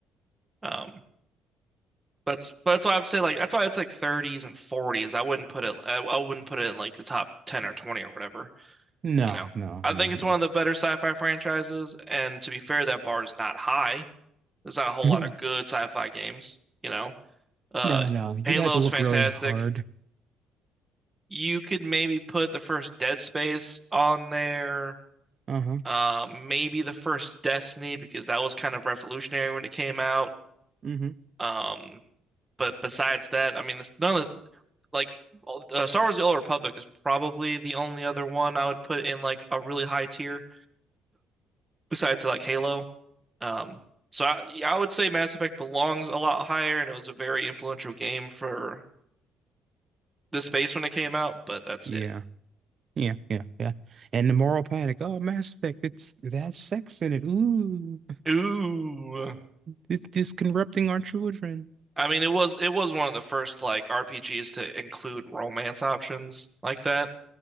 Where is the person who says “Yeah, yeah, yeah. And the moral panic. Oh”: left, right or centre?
Right